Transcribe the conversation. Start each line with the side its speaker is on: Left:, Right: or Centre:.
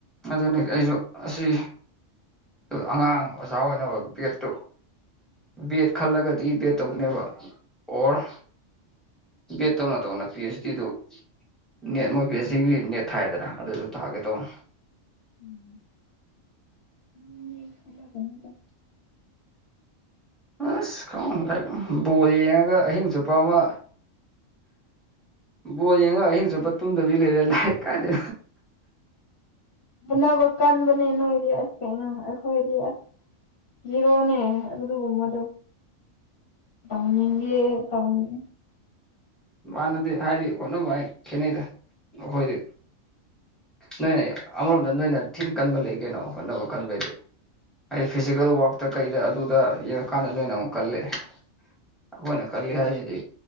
Centre: ꯑꯗꯨꯅꯦ ꯑꯩꯁꯨ ꯑꯁꯤ ꯑꯉꯥꯡ ꯑꯣꯖꯥ ꯑꯣꯏꯅꯕ ꯕꯦꯠꯇꯨ ꯕꯦꯠ ꯈꯜꯂꯒꯗꯤ ꯕꯦꯠ ꯇꯧꯅꯦꯕ ꯑꯣꯔ ꯕꯦꯠ ꯇꯧꯅ ꯇꯧꯅ ꯄꯤ ꯑꯩꯆ ꯗꯤꯗꯨ ꯅꯦꯠ ꯃꯣꯏ ꯄꯤ ꯑꯩꯆ ꯗꯤꯒꯤ ꯅꯦꯠ ꯊꯥꯏꯗꯅ ꯑꯗꯨꯁꯨ ꯇꯥꯒꯦ ꯇꯧꯕ
Left: ꯎꯝ ꯎꯝ ꯈꯂꯒꯅꯤꯒ
Centre: ꯑꯁ ꯈꯪꯉ ꯕꯣꯜ ꯌꯦꯡꯉꯒ ꯑꯍꯤꯡ ꯆꯨꯞꯄ ꯑꯃ ꯕꯣ ꯌꯦꯡꯉꯣ ꯑꯍꯤꯡ ꯆꯨꯞꯄ ꯇꯨꯝꯗꯕꯤ ꯂꯩꯔꯦ ꯂꯥꯏ ꯀꯥꯗꯦ
Left: ꯑꯅꯕ ꯀꯟꯕꯅꯦ ꯅꯣꯏꯗꯤ ꯑꯁ ꯀꯩꯅ ꯑꯩꯈꯣꯏꯗꯤ ꯑ ꯖꯤꯔꯣꯅꯦ ꯑꯗꯨꯃ ꯑꯗꯨꯣ ꯇꯧꯅꯤꯡꯦ ꯇꯧꯅꯤꯡ
Centre: ꯃꯥꯅꯗꯤ ꯍꯥꯏꯗꯤ ꯍꯣꯠꯅꯨ ꯚꯥꯏ ꯈꯦꯠꯅꯩꯗ ꯑꯩꯈꯣꯏꯗꯤ ꯅꯣꯏꯅꯦ ꯑꯃꯔꯣꯝꯗ ꯅꯣꯏꯅ ꯊꯤꯟ ꯀꯟꯕ ꯂꯩ ꯀꯩꯅꯣ ꯍꯣꯠꯅꯕ ꯀꯟꯕꯩꯗꯤ ꯑꯩ ꯐꯤꯖꯤꯀꯦꯜ ꯋꯔꯇ ꯀꯩꯗ ꯑꯗꯨꯗ ꯀꯥꯟꯗ ꯅꯣꯏꯅ ꯑꯃꯨꯛ ꯀꯂ ꯑꯩꯈꯣꯏꯅ ꯀꯜꯂꯤ ꯍꯥꯏꯁꯤꯗꯤ